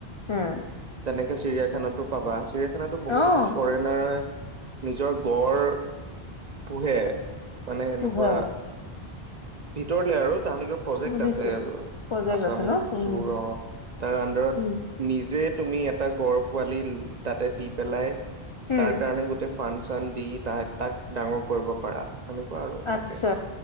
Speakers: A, on the left; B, on the right.
A: উম
B: তেনেকে চিৰিয়াখানাতো পাবা চিৰিয়াখানাতো বহুত
A: আহ
B: ফৰেন নিজৰ গড় পোহে মানে এনেকুৱা
A: পোহে
B: ভিতৰলে আৰু তাহগৰ প্ৰজেক্ট
A: বুজিছো
B: আছে
A: প্ৰজেক্ট
B: আছাম
A: আছে ন উম
B: জুৰ অ তাৰ আণ্ডৰত
A: উম
B: নিজে তুমি এটা গড় পোৱালি তাতে দি পেলাই
A: উম
B: তাৰ কাৰণে গোটেই ফান চান দি ত তাক ডাঙৰ কৰিব পাৰা তেনেকুৱা আৰু
A: আচ্ছা
B: তাকে